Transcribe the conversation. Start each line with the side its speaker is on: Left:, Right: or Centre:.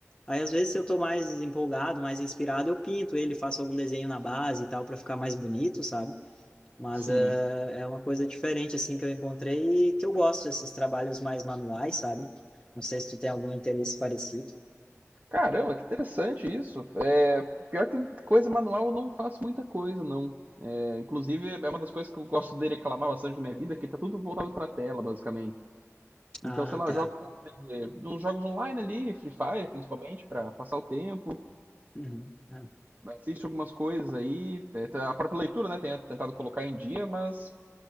Left: Aí às vezes se eu tô mais empolgado, mais inspirado, eu pinto ele, faço algum desenho na base e tal para ficar mais bonito, sabe? Mas
Right: sim.
Left: é, é uma coisa diferente, assim, que eu encontrei e que eu gosto desses trabalhos mais manuais, sabe? Não sei se tu tem algum interesse parecido.
Right: Caramba, que interessante isso. É, pior que coisa manual eu não faço muita coisa, não. É, inclusive, é uma das coisas que eu gosto de reclamar bastante na minha vida, que tá tudo voltado pra tela, basicamente. Então,
Left: Ah,
Right: sei lá,
Left: tá.
Right: eu jogo um pouco de- dos jogos online ali, Free Fire principalmente, para passar o tempo.
Left: Uhum. Ah,
Right: Assisto algumas coisas aí. É, tá- A própria leitura, né, tenho tentado colocar em dia, mas